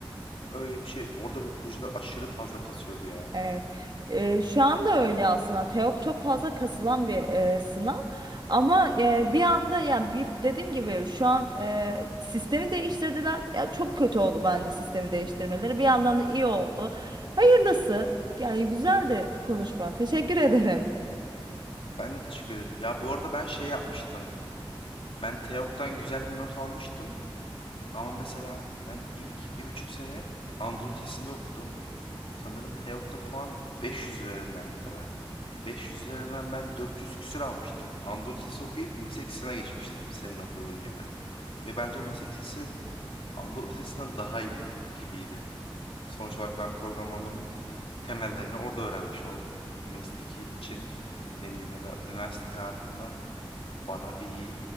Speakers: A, on the left; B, on the right.
A: Öyle bir şey orada bir hocalar aşırı fazla kasıyordu ya.
B: Evet. E, şu anda öyle aslında. Teok çok fazla kasılan bir e, sınav. Ama e, bir anda yani bir, dediğim gibi şu an e, sistemi değiştirdiler. Ya, çok kötü oldu bence sistemi değiştirmeleri. Bir yandan da iyi oldu. Hayırlısı. Yani güzel de konuşma. Teşekkür ederim.
A: Ben de teşekkür ederim. Ya bu arada ben şey yapmıştım. Ben TEOK'tan güzel bir not almıştım. Ama mesela ben ilk bir buçuk sene Anadolu Lisesi'nde okudum. Sanırım TEOK'ta puan 500 üzerindendi değil mi? 500 üzerinden ben 400 küsür almıştım. Anadolu Lisesi okuyup meslek lisesine geçmiştim senin okuduğun gibi. Ve bence meslek lisesi Anadolu Lisesi'nden daha iyi gibiydi. Sonuç olarak ben programlamanın temellerini orada öğrenmiş oldum. Mesleki için ne bileyim ya da üniversite hayatımda bana bir